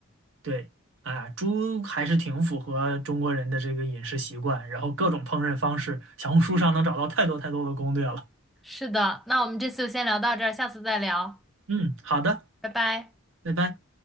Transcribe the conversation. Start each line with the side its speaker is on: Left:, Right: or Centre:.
Right: 对，哎呀，猪还是挺符合中国人的这个饮食习惯，然后各种烹饪方式，小红书上能找到太多太多的攻略了。
Centre: 是的，那我们这次就先聊到这儿，下次再聊，
Right: 嗯，好的，
Centre: 拜拜。
Right: 拜拜。